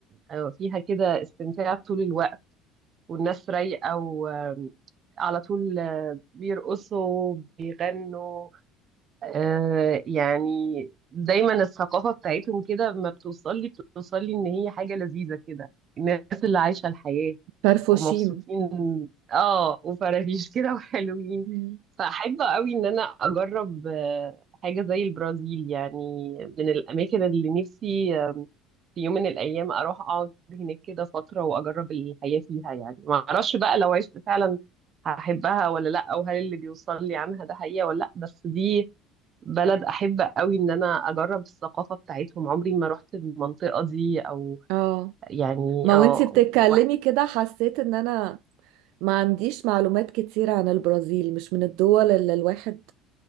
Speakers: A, on the right (about 40°); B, on the right (about 75°).
A: آه، فيها كده استمتاع طول الوقت والناس رايقة و- على طول بيرقصوا بيغنوا آه يعني دايما الثقافة بتاعتهم كده ما بتوصل لي بتوصل لي ان هي حاجة لذيذة كده الناس اللي عايشة الحياة
B: فرفوشين
A: ومبسوطين اه وفرافيش <laughs> كده وحلوين
B: مم.
A: فأحب قوي ان انا اجرب آه، حاجة زي البرازيل يعني من الاماكن اللي نفسي آه، في يوم من الايام اروح اقعد هناك كده فترة واجرب الحياة فيها يعني ما اعرفش بقى لو عشت فعلا هحبها ولا لا او هل اللي بيوصل لي عنها ده حقيقة ولا لا بس دي بلد احب قوي ان انا اجرب الثقافه بتاعتهم عمري ما رحت المنطقه دي او
B: اه
A: يعني
B: ما وانتي
A: اه
B: بتتكلمي
A: وبح-
B: كده حسيت ان انا ما عنديش معلومات كتير عن البرازيل مش من الدول اللي الواحد